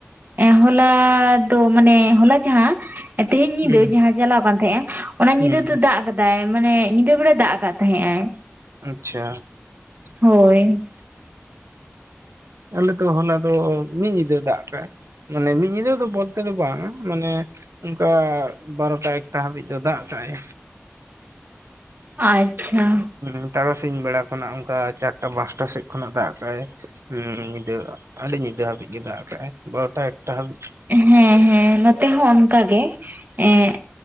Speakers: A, on the right (about 40°); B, on the right (about 80°).
A: ᱮᱸ ᱦᱚᱞᱟ ᱛᱚ ᱢᱟᱱᱮ ᱦᱚᱞᱟ ᱡᱟᱦᱟᱸ ᱛᱮᱦᱤᱧ ᱧᱤᱫᱟᱹ
B: ᱦᱩᱸ
A: ᱡᱟᱦᱟᱸ ᱪᱟᱞᱟᱣ ᱠᱟᱱ ᱛᱟᱦᱮᱸᱜ-ᱟ ᱚᱱᱟ
B: ᱦᱩᱸ
A: ᱧᱤᱫᱟᱹ ᱛᱚ ᱫᱟᱜ ᱟᱠᱟᱫ ᱫᱟᱭ ᱢᱟᱱᱮ ᱧᱤᱫᱟᱹ ᱵᱮᱲᱟᱭ ᱫᱟᱜ ᱟᱠᱟᱜ ᱛᱟᱦᱮᱸᱜ ᱟᱭ᱾
B: ᱟᱪᱪᱷᱟ᱾
A: ᱦᱚᱭ
B: ᱟᱞᱮ ᱫᱚ ᱦᱚᱞᱟ ᱫᱚ ᱢᱤᱫ ᱧᱤᱫᱟᱹ ᱫᱟᱜ ᱠᱟᱜ-ᱟᱭ᱾ ᱢᱟᱱᱮ ᱢᱤᱫ ᱧᱤᱫᱟᱹ ᱫᱚ ᱵᱚᱞᱛᱮ ᱫᱚ ᱵᱟᱝᱟ ᱢᱟᱱᱮ ᱚᱱᱠᱟ ᱵᱟᱨᱚᱴᱟ ᱮᱠᱴᱟ ᱦᱟᱹᱵᱤᱡ ᱫᱚ ᱫᱟᱜ ᱠᱟᱜ-ᱟᱭ᱾
A: ᱟᱪᱪᱷᱟ᱾
B: ᱩᱸ ᱛᱟᱨᱟᱥᱤᱧ ᱵᱮᱲᱟ ᱠᱷᱚᱱᱟᱜ ᱚᱱᱠᱟ ᱪᱟᱴᱠᱟ ᱯᱟᱥᱴᱟ ᱥᱮᱫ ᱠᱷᱚᱱᱟᱜ ᱫᱟᱜ ᱟᱠᱟᱜ-ᱟᱭ ᱩᱸᱢ ᱧᱤᱫᱟᱹ᱾ ᱟᱹᱰᱤ ᱧᱤᱫᱟᱹ ᱦᱟᱵᱤᱡ ᱜᱮ ᱫᱟᱜ ᱟᱠᱟᱟᱜ-ᱟᱭ ᱵᱟᱨᱚᱴᱟ ᱮᱠᱴᱟ ᱦᱟᱹᱵᱤᱡ᱾
A: ᱦᱮᱸ ᱦᱮᱸ ᱱᱚᱛᱮ ᱦᱚᱸ ᱚᱱᱠᱟ ᱜᱮ, ᱮᱸᱜ